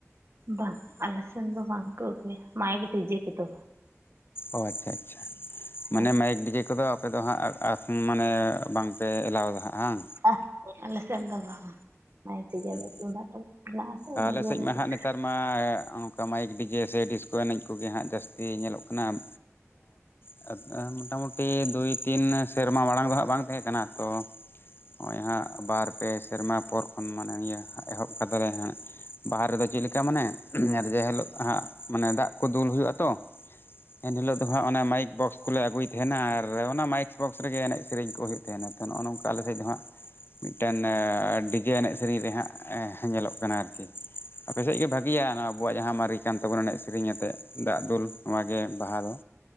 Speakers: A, on the right (about 55°); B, on the left (about 45°).
A: ᱵᱟᱜ ᱟᱞᱮᱥᱮᱱ ᱫᱚ ᱵᱟᱝ ᱠᱚ ᱟᱹᱜᱩᱭᱟ ᱢᱟᱭᱤᱠ ᱰᱤᱡᱮ ᱠᱚ ᱫᱚ᱾
B: ᱚ ᱟᱪᱪᱷᱟ ᱟᱪᱪᱷᱟ
A: ᱦᱮᱸ
B: ᱢᱟᱱᱮ ᱢᱟᱭᱤᱠ ᱰᱤᱡᱮ ᱠᱚ ᱫᱚ᱾ ᱟᱯᱮ ᱫᱚ ᱦᱟᱸᱜ ᱢᱟᱱᱮ ᱵᱟᱝ ᱯᱮ ᱮᱞᱟᱣ ᱫᱟ ᱦᱟᱸ᱾
A: <unintelligible> ᱟᱞᱮ ᱥᱮᱱ ᱫᱚ ᱵᱟᱝ ᱢᱟᱞᱤᱠ ᱛᱮᱜᱮᱞᱮ
B: ᱵᱟᱝ
A: ᱛᱩᱢᱫᱟᱜ ᱴᱟᱢᱟᱠ ᱢᱮᱱᱟᱜ ᱢᱮᱱᱟ-ᱟ
B: ᱟᱞᱮ
A: ᱤᱱᱟᱹᱜᱮ
B: ᱥᱮᱫ
A: ᱨᱩ
B: ᱢᱟ
A: ᱠᱟᱛᱮ᱾
B: ᱦᱟᱸᱜ ᱱᱮᱛᱟᱨ ᱢᱟ ᱚᱱᱠᱟ ᱢᱟᱭᱤᱠ ᱰᱤᱡᱮ ᱥᱮ ᱰᱤᱥᱠᱳ ᱮᱱᱮᱡ ᱠᱚ ᱜᱮ ᱦᱟᱸᱜ ᱡᱟᱹᱥᱛᱤ ᱧᱮᱞᱚᱜ ᱠᱟᱱᱟ ᱾ <inaudible> ᱢᱚᱴᱟᱢᱩᱴᱤ ᱫᱩᱭ ᱛᱤᱱ ᱥᱮᱨᱢᱟ ᱢᱟᱲᱟᱝ ᱫᱚ ᱵᱟᱝ ᱛᱟᱦᱮᱸ ᱠᱟᱱᱟ ᱛᱚ᱾ ᱱᱚᱜᱼᱚᱭ ᱦᱟᱸᱜ ᱵᱟᱨ ᱯᱮ ᱥᱮᱨᱢᱟ ᱯᱚᱨ ᱠᱷᱚᱱ ᱢᱟᱱᱮ ᱮᱦᱚᱵ ᱠᱟᱫᱟ ᱞᱮ ᱦᱟᱸᱜ᱾ ᱵᱟᱦᱟ ᱨᱮ ᱫᱚ ᱪᱮᱫ ᱞᱮᱠᱟ ᱢᱟᱱᱮ ᱡᱮ ᱦᱤᱞᱳᱜ ᱦᱟᱜ ᱢᱟᱱᱮ ᱫᱟᱜ ᱠᱚ ᱫᱩᱞ ᱦᱩᱭᱩᱜ-ᱟ ᱛᱚ᱾ ᱮᱱ ᱦᱤᱞᱳᱜ ᱫᱚ ᱦᱟᱸᱜ ᱚᱱᱟ ᱢᱟᱭᱤᱠ ᱵᱚᱠᱥ᱾ ᱟᱹᱜᱩᱭ ᱛᱟᱦᱮᱱᱟ ᱟᱨ ᱚᱱᱟ ᱢᱟᱭᱤᱠ ᱵᱚᱠᱥ ᱨᱮᱜᱮ ᱮᱱᱮᱡ ᱥᱮᱨᱮᱧ ᱠᱚ ᱦᱩᱭᱩᱜ ᱛᱟᱦᱮᱱᱟ ᱾ ᱛᱚ ᱱᱚᱜ ᱱᱚᱝᱠᱟ ᱟᱞᱮ ᱥᱮᱫ ᱫᱚ ᱦᱟᱸᱜ᱾ ᱢᱤᱫ ᱴᱟᱱ ᱰᱤᱡᱮ ᱮᱱᱮᱡ᱾ ᱥᱮᱨᱮᱧ ᱨᱮᱦᱟᱸᱜ ᱧᱮᱞᱚᱜ ᱠᱟᱱᱟ ᱟᱨᱠᱤ ᱾ ᱟᱯᱮ ᱥᱮᱫ ᱜᱮ ᱵᱷᱟᱹᱜᱤᱭᱟ ᱱᱚᱣᱟ᱾ ᱟᱵᱚᱣᱟᱜ ᱡᱟᱦᱟᱸ ᱢᱟᱨᱮ ᱠᱟᱱ ᱛᱟᱵᱚᱱᱟ, ᱮᱱᱮᱡ ᱥᱮᱨᱮᱧ ᱟᱛᱮᱫ ᱫᱟᱜ ᱫᱩᱞ ᱱᱚᱣᱟ ᱜᱮ ᱵᱟᱦᱟ ᱫᱚ